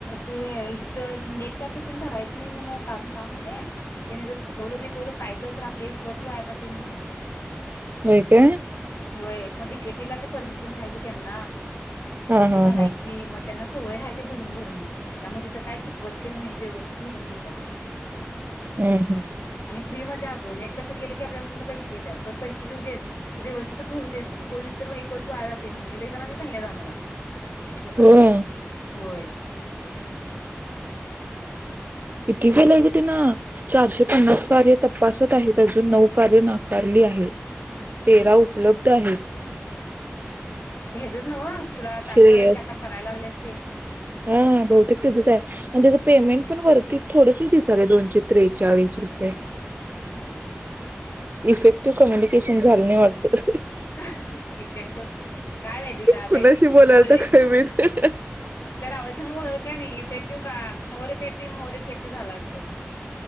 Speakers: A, on the left (about 65°); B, on the right (about 45°).
A: ते इथं net cafe त न भरायचं नाही म्हण कारण का माहय त्याने जर चुकवलं बिकवलं काय तर तर आपलं एक वर्ष वाया जाते म्हण
B: होय काय?
A: <unintelligible> परमिशन आहे ग त्यांना
B: हा
A: ते
B: हा
A: भरायची
B: हा
A: मग त्यांना सवय आहे ते भरून भरून त्यामध्येथ काय चुकव ते नाही व्यवस्थित भरून देतात
B: हम्म हम्म
A: फ्री मध्ये आग नेट कॅफेत गेले क आपल्याकडून पैसे घेतात पैसे घेऊ देत व्यवस्थित तर भरू देत चुकवलीत तर एक वर्ष व वाया जाते म्हणून हे एक जणांनी सांगलंय आ मला शिक्षकांनी
B: होय
A: होय
B: इती केलाय ग ते ना चारशे पन्नास कार्य तपासत आहेत अजून नऊ कार्य नाकारली आहे तेरा उपलब्ध आहेत
A: ते हेजच नव तुला टाास
B: श्रेयस
A: कराय ते आता करायला लागलेस
B: हा बहुतेक तझच आहे आणि त्याच पेमेंट पण वरती थोडस दिसले दोनशे त्रेचाळीस रुपये इफेक्टिव्ह कम्युनिकेशन झालं नाही वाटत ह
A: इफेक्ट काय माहिती का
B: कुणाशी
A: ब
B: बोलाल
A: बोललीत
B: तर काय माहित
A: तर अवस का नाही फेटू का मोरी फेट मोरी ती झालं असत